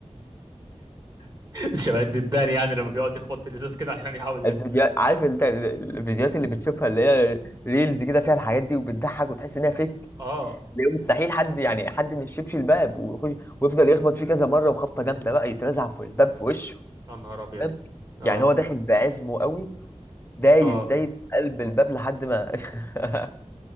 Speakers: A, on the right (about 35°); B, on the left (about 20°).
A: <laughs> شبه الدبان يعني لما بيقعد يخبط في الازاز كده عشان يحاول
B: الفيديوهات
A: يطلع
B: عارف انت ال- الفيديوهات اللي بتشوفها اللي هي ريلز كده فيها الحاجات دي وبتضحك وتحس انها فيك
A: اه
B: اللي هو مستحيل حد
A: حصل
B: يعني حد ما يشيبش الباب ويخش ويفضل يخبط فيه كذا مره وخبطه جامده بقى يترزع في الباب في وشه
A: يا نهار ابيض
B: فاهم؟
A: اه
B: يعني هو داخل بعزمه قوي دايس
A: اه
B: دايس في قلب الباب لحد ما <laughs>